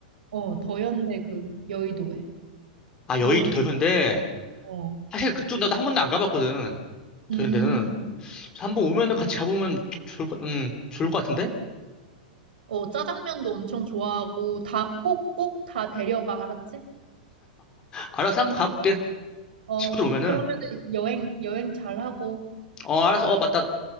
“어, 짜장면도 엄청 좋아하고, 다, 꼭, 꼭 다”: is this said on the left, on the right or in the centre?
Right